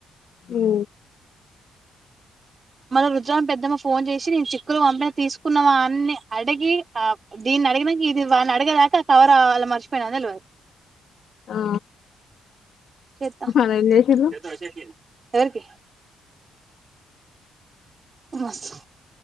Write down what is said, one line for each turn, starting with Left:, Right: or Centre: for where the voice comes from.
Left: ఉ
Right: మల్ల రుద్రాం పెద్దమ్మ ఫోన్ చేసి నేను చిక్కులు పంపిన తీస్ కున్నవా అన్ని అడిగి ఆ దీన్ని అడిగినాక ఇది వాని అడిగేదాకా కవరా వాళ మర్చి పోయిన తెలవదు
Left: ఆ
Right: చెత్త
Left: మరేం చేసిల్లు
Right: చేస్తావా షేర్కిన్ ఎవరికి మాసు